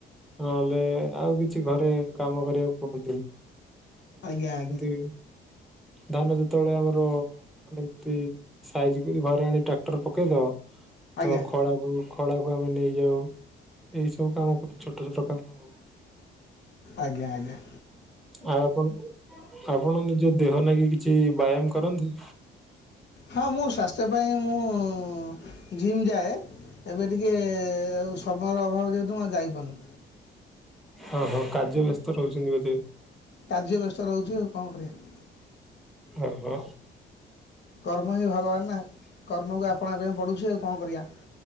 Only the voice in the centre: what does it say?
ନହେଲେ ଆଉ କିଛି ଘରେ କାମ କରିବାକୁ କହନ୍ତି।
କି ଧାନ ଯେତେବେଳେ ଆମର ଏମ୍ ପି ଆଇ ସାଇଜ କରି ଘରେ ଆଣି ଟ୍ରାକ୍ଟର ପକେଇଦବ।
ତ ଖଳାକୁ ଖଳାକୁ ଆମେ ନେଇଯାଉ। ଏଇ ସବୁ କାମ କରୁ ଛୋଟ ଛୋଟ କାମ।
ଆଉ ଆପଣ ଆପଣ ନିଜ ଦେହ ଲାଗି କିଛି ବ୍ୟାୟାମ କରନ୍ତି?
ହଁ ହଁ କାର୍ଯ୍ୟ ବ୍ୟସ୍ତ ରହୁଛନ୍ତି ବୋଧେ।
ଓ ହୋ।